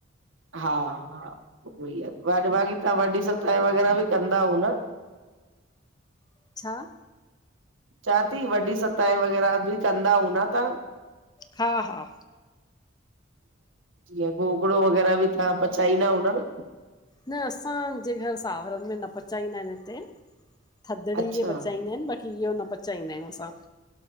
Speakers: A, on the right; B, on the left.
A: हा हा उहो ई आहे। बाक़ी तव्हां वॾी सताय वग़ैरह भी कंदा हुंदा?
B: आहे छा?
A: चवां ती वॾी सताए वग़ैरह बि कंदा हुंदा तां?
B: हा हा
A: जीअं गोगड़ो वगैरह बि तां पचाईंदा हुदव न?
B: न असांजे घर सावरनि में न पचाईंदा आहिनि हिते। थदड़ी
A: अच्छा
B: इहे पचाईंदा आहिनि बाक़ी इहो न पचाईंदा आहियूं असां।